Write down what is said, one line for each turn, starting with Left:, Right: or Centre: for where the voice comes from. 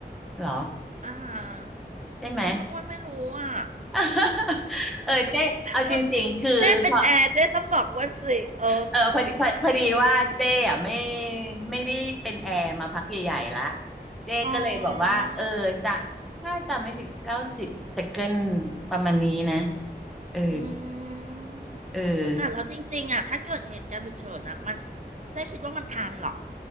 Centre: เหรอ
Right: อ่า
Centre: ใช่ไหม
Right: อมอ้วนไม่รู้อะ
Centre: <laughs> เออเจ๊เอาจริงๆคือพอ
Right: อ้วนเจ๊เป็นแอร์เจ๊ต้องบอกอ้วนสิเออ
Centre: เออพอดีพอพอดีว่าเจ๊อ่ะไม่ไม่ได้เป็นแอร์มาพักใหญ่ๆละเจ๊ก็เลยบอกว่าเออจะ
Right: อ๋อ
Centre: ถ้าจำไม่ผิดเก้าสิบเซคันด์ประมาณนี้นะเออ
Right: อืม
Centre: เออ
Right: แต่เราจริงๆอะถ้าเกิดเหตุการณ์ฉุกเฉินอะมันเจ๊คิดว่ามันทันเหรอ